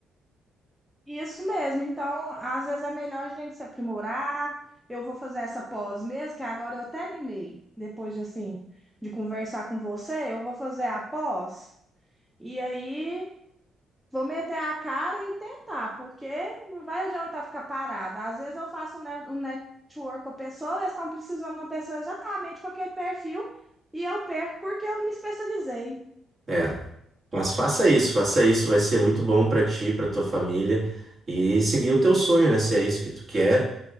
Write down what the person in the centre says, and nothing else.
Isso mesmo. Então, às vezes é melhor a gente se aprimorar. Eu vou fazer essa pós mesmo, que agora eu até animei, depois de assim, de conversar com você, eu vou fazer a pós e aí vou meter a cara e tentar, porque não vai adiantar ficar parada. Às vezes eu faço um ne- um network com a pessoa, eles estão precisando de uma pessoa exatamente com aquele perfil e eu perco porque eu não me especializei.